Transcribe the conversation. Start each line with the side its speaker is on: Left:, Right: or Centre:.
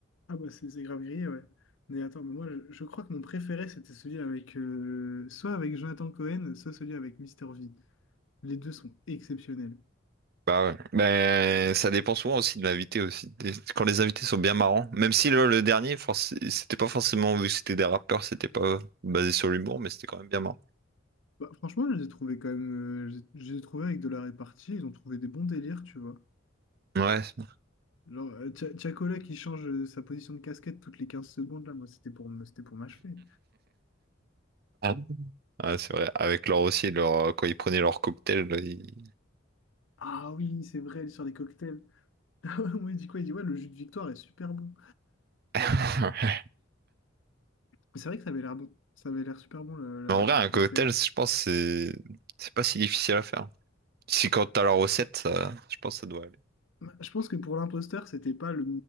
Left: Ah, bah, c'est c'est grave grillé, ouais. Mais attends, mais moi, je, je crois que mon préféré, c'était celui avec. euh, soit avec Jonathan Cohen, soit celui avec Mister V. Les deux sont exceptionnels.
Right: Bah ouais. Mais ça dépend souvent aussi de l'invité aussi. Des- Quand les invités sont bien marrants, même si le, le dernier, forc- c'était pas forcément vu que c'était des rappeurs, c'était pas basé sur l'humour, mais c'était quand même bien marrant.
Left: Bah, franchement, je les ai trouvés quand même. euh, je les je les ai trouvés avec de la répartie. Ils ont trouvé des bons délires, tu vois.
Right: Ouais, c'est
Left: Genre, euh, Tcha- Tchakola qui change euh, sa position de casquette toutes les 15 secondes, là, moi, c'était pour me- c'était pour m'achever.
Right: Ah bon Ouais, c'est vrai. Avec leur aussi, leur... euh, quand ils prenaient leur cocktail, là, ils-
Left: Ah oui, c'est vrai, elle est sur des cocktails. <laughs> Moi, il dit quoi? Il dit, ouais, le jus de victoire est super bon.
Right: <laughs>
Left: Mais c'est vrai que ça avait l'air bon. Ça avait l'air super bon, le-
Right: Mais en
Left: le-
Right: vrai,
Left: leur
Right: un cocktail,
Left: cocktail.
Right: je pense, c'est c'est pas si difficile à faire. Si quand t'as la recette, ça- je pense que ça doit aller.
Left: Ouais, Je pense que pour l'imposteur, c'était pas le,